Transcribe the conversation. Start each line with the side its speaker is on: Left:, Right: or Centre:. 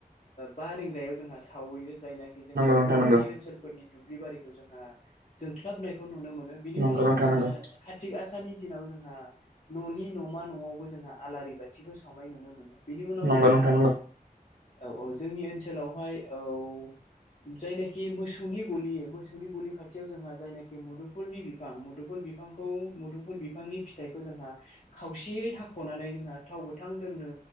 Left: बा रिंगायाव जोंहा सावैयो। जायनाखि जोंनि
Right: नोंथां
Left: बर'नि
Right: नंगौ
Left: ओनसोलफोरनि दुब्लि बारिखौ जोंहा जोंख्लबनायखौ नुनो मोनो। बिनि
Right: नंगौ
Left: उनाव
Right: नोंथां
Left: जोंहा।
Right: नंगौ
Left: थिग आसनि दिनाव जोंहा न'नि न'मा न'आवबो जोंहा आलारि बाथिखौ सावनाय नुनो मोनो। बिनि उनाव
Right: नंगौ
Left: जोंहा
Right: नोंथां नंगौ
Left: औ औ जोंनि ओनसोलावहाय औ। जायनाखि मोसौनि गलि मोसौनि गलि खाथियाव जोंहा जायनाखि मुदुफुलनि बिफां मुदुफुल बिफां। बिफांखौ मुदुंफुल बिफांनि फिथाइखौ जोंहा खावसेयै हाख'नानै जोंहा थाव गोथां दोननो।